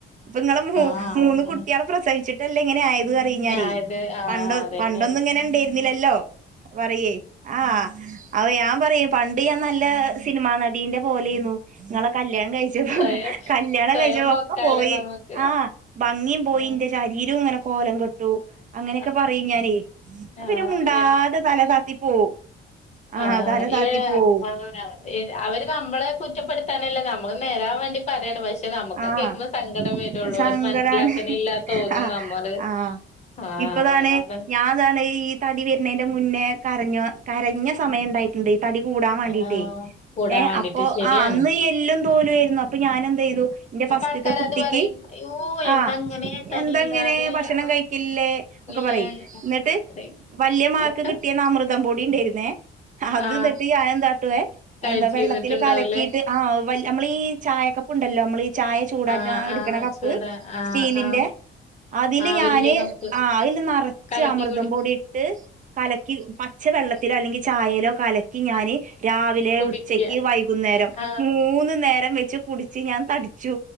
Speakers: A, on the right; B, on the left.
A: ഇപ്പ ഇങ്ങടെ
B: ആ
A: മൂന്ന്
B: അങ്ങനെ
A: കുട്ടിയാളെ പ്രസവിച്ചിട്ടല്ലെ ഇങ്ങനെ ആയ ത് പറയു ഞാനേ.
B: ആയത് ആഹ്
A: പണ്ടൊ
B: അതന്നെയാണ്
A: പണ്ടൊന്നും ഇങ്ങനെ ഇണ്ടായിരുന്നില്ലല്ലോ? പറയുയെ ആഹ് അപ്പോ ഞാൻ പറയും പണ്ട് ഞാൻ നല്ല സിനിമാനടീന്റെ പോലെയിന്നു. ഇങ്ങളെ കല്യാണം കഴിച്ചപ്പോ.
B: സ്വയം
A: കല്യാണം
B: സ്വയം
A: കഴിച്ചപ്പോ
B: പൊക്കാലോ
A: ഒക്കെപോയി.
B: നമുക്ക്
A: ആഹ് ഭംഗി പോയി
B: ഉം
A: ഇന്റെ ശരീരം ഇങ്ങനെ കോലംകെട് ട്ടു അങ്ങനെക്കെ
B: ആഹ്
A: പറയും ഞാനെ. അപ്പ
B: ആഹ്
A: പിന്നെ മുണ്ടാതെ തലതാത്തി പോവും.
B: <unintelligible>
A: ആഹ് തല താത്തി പോവും
B: ഏ അവര് നമ്മളെ കുറ്റപ്പെടുത്താനല്ല നമ്മള് നേരാവാൻവേണ്ടി പറയാണ്. പക്ഷെ നമ്മക്കത്
A: ആഹ്
B: കേക്കുമ്പോ സങ്കടം വെരൊള്ളൂ
A: സങ്കടാണ്
B: അവര് മനസ്സിലാക്കണ്ല്ല തോന്നും
A: ആഹ്
B: നമ്മള്
A: ആഹ്
B: ആഹ്
A: ഇപ്പതാണ്.
B: അതാണ്
A: ഞാനാതാണ് ഈ തടി വെര്നെന്റെ മുന്നേ കരഞ്ഞു കരഞ്ഞ സമയംഇണ്ടായിട്ടുണ്ട് ഈ തടി കൂടാൻ വാണ്ടീട്ടേ.
B: ആഹ് കൂടാൻ
A: ഏഹ്
B: വേണ്ടിട്ട്
A: അപ്പൊ
B: ശരിയാണ്
A: ആ അന്ന് എല്ലും തോലുവേയിരുന്നു അപ്പൊ ഞാനെന്തെയ് തു ഇന്റെ
B: അപ്പൊ
A: ഫസ്റ്റ്ത്തെ
B: ആൾക്കാര്
A: കുട്ടിക്ക്
B: അത് പറയും അയ്യോ എന്താ
A: ആ
B: അങ്ങനെ തടിയില്ലാതെ
A: എന്തങ്ങനെ ഭക്ഷണം
B: ആ,
A: കഴിക്കില്ലേ ഒക്കെ
B: ഇല്ലേ
A: പറയിം
B: ആ,
A: എന്നിട്ട്
B: പറയും
A: വല്ല്യാ മകക്ക്
B: ഒക്കെ
A: കിട്ടിയെന്നെ അമൃതംപൊടി ഇണ്ടര്ന്നെ അത്
B: ആ
A: എന്നിട്ട് ഞാനെന്താട്ടുവെ
B: കഴിച്ചിരുന്നിട്ടുണ്ടാവൂലേ
A: എന്താ വെള്ളത്തില് കലക്കിയിട്ട് ആഹ് വല്ല് നമ്മളീ ഈ ചായക്കപ്പ്ണ്ടല്ലോ നമ്മൾ ഈ ചായ ചൂടാറ്റാൻ
B: ആ
A: എടുക്ക്ണ
B: ആ അച്ചൂട
A: കപ്പ്
B: ആ
A: സ്റ്റീലിന്റെ
B: ആ
A: അതില്
B: ആ
A: ഞാന്
B: വല്യ കപ്പ്
A: ആ അയ്ല് നെറച്ച്
B: കലക്കി
A: അമൃതംപൊടി
B: കുടി
A: ഇട്ട് കലക്കി പച്ച വെള്ളത്തിലോ അല്ലെങ്കിൽ ചായെലോ കല ക്കി ഞാന് രാവിലെ
B: കുടിക്ക
A: ഉച്ചക്ക് വൈകുന്നേരം
B: ആ
A: മൂന്ന് നേരം വെച്ച് ച്ച് ഞാൻ തടിച്ചു.